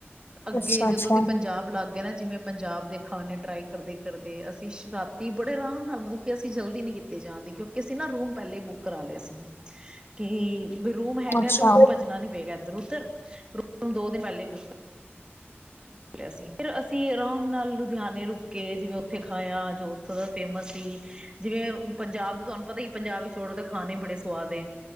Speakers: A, on the right; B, on the left.
A: ਅੱਗੇ
B: ਅੱਛਾ
A: ਜਦੋਂ
B: ਅੱਛਾ
A: ਦੀ ਪੰਜਾਬ ਲੱਗ ਗਿਆ ਨਾ ਜਿਵੇਂ ਪੰਜਾਬ ਦੇ ਖਾਣੇ ਟਰਾਈ ਕਰਦੇ ਕਰਦੇ ਅਸੀਂ ਰਾ ਤੇ ਬੜੇ ਆਰਾਮ ਨਾਲ ਮਤਲਬ ਕਿ ਅਸੀਂ ਜਲਦੀ ਨੀ ਕੀਤੇ ਜਾਣਦੇ ਕਿਉਂਕਿ ਅਸੀਂ ਨਾ ਰੂਮ ਪਹਿਲੇ ਬੁੱਕ ਕਰਾ ਲਏ ਸੀ ਕਿ ਰੂਮ ਹੈਗਾ
B: ਅੱਛਾ
A: ਤੇ ਹੁਣ ਭੱਜਣਾ ਨੀ ਪਏਗਾ ਇੱਧਰ ਉੱਧਰ ਰੂ ਦੋ ਦਿਨ ਪਹਿਲੇ ਬੁੱਕ ਿਆ ਸੀ ਫਿਰ ਅਸੀਂ ਆਰਾਮ ਨਾਲ ਲੁਧਿਆਣੇ ਰੁਕ ਕੇ ਜਿਵੇਂ ਉੱਥੇ ਖਾਇਆ ਜੋ ਉੱਥੋਂ ਦਾ ਫੇਮਸ ਸੀ ਜਿਵੇਂ ਪੰਜਾਬ ਦੇ ਤੁਹਾਨੂੰ ਪਤਾ ਹੀ ਪੰਜਾਬ ਵਿੱਚ ੋੜਦੇ ਖਾਣੇ ਬੜੇ ਸਵਾਦ ਏ